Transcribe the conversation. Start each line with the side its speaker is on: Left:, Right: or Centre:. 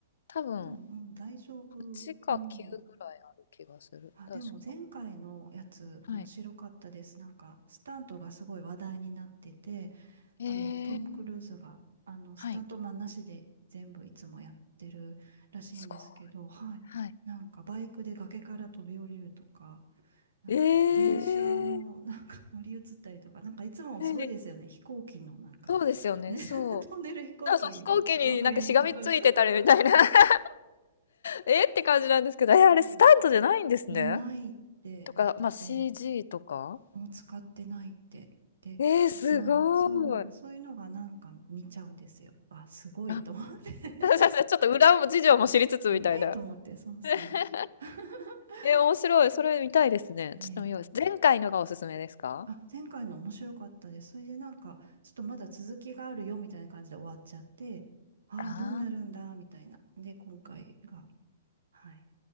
Left: 多分、
Right: うんうん、大丈夫。うん。
Left: ちか9ぐらいある気がする。
Right: あ、
Left: 確か。
Right: でも前回のやつ面白かったです。
Left: はい。
Right: なんか、スタントがすごい話題になってて、
Left: えー、
Right: あの、トム・クルーズが、あの、スタントマンなしで全部いつもやってるらしいんですけど、
Left: はい、すご
Right: はい。
Left: はい。
Right: なんか、バイクで崖から飛び降りるとか、なんか、
Left: い。ええ
Right: 電車の、<laughs> なんか乗り移ったりとか、なんか、いつもすごいですよね。
Left: はい。
Right: 飛行機の、なんか、
Left: そうですよね、
Right: ね、
Left: そう。
Right: <laughs> 飛んでる飛行機の上にとか、
Left: だからそう、飛行機になんかしがみついてたりみたいな
Right: <laughs> そうそうそうそう。
Left: <laughs>
Right: そうそうそう。
Left: えって感じなんですけど、え、あれスタントじゃないんですね。
Right: うんじゃないって言ってて、
Left: とか、まあ、CG とか。
Right: もう使ってないって。で、
Left: えー、すごい。
Right: もう、そう、そういうのがなんか見ちゃうんですよ。あ、すごいと思って。
Left: あ、<laughs> ちょっと裏も事情も知りつつみたいな。
Right: <laughs> ええと思って、そうそう。
Left: <laughs>
Right: <laughs>
Left: えー、面白い。それ見たいですね。
Right: ねえ。
Left: ちょっと見よう。前回のがおすすめですか
Right: あ、前回の面白かったです。それでなんか、ちょっとまだ続きがあるよみたいな感じで終わっちゃって、ああ、
Left: ああー、
Right: どうなるんだ、みたいな。で、今回が。はい。